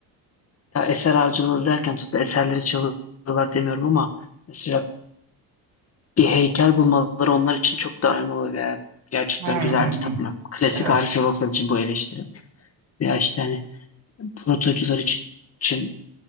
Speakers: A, on the left; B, on the right.
A: ya eser avcılığı derken tabii eserleri çalıyorlar demiyorum ama Mesela bir heykel bulmaları onlar için çok da önemli oluyor veya gerçekten
B: Hı hı
A: güzel
B: hı.
A: bir tapınak. Klasik
B: Evet.
A: arkeologlar için bu eleştiri. Veya işte hani protocular için, için